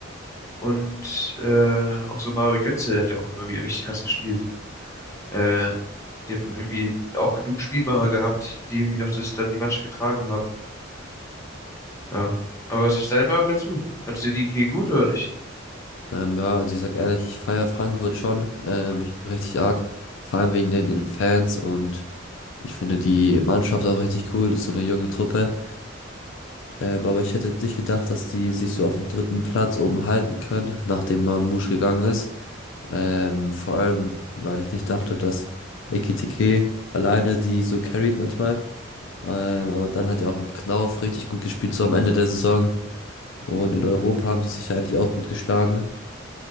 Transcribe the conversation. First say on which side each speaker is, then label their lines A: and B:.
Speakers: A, on the left (about 15°); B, on the left (about 70°).
A: und äh, auch so Mario Götze hat ja auch immer wieder richtig krass gespielt. Äh, die haben irgendwie auch genug Spielmacher gehabt, die irgendwie noch das dann die Mannschaft getragen haben. Ja. Aber was ist deine Meinung dazu? Fandst du die G gut oder nicht?
B: Ähm, ja, also ich sag ehrlich, ich feiere Frankfurt schon ähm, richtig arg, vor allem wegen den, den Fans und ich finde die Mannschaft auch richtig cool, das ist so eine junge Truppe. Ähm, aber ich hätte nicht gedacht, dass die sich so auf dem dritten Platz oben halten können, nachdem Mamouche gegangen ist. Ähm, vor allem, weil ich nicht dachte, dass Ekitike alleine die so carried manchmal. Ähm, aber dann hat ja auch ein Knauf richtig gut gespielt, so am Ende der Saison. Und in Europa haben die sich ja eigentlich auch gut geschlagen.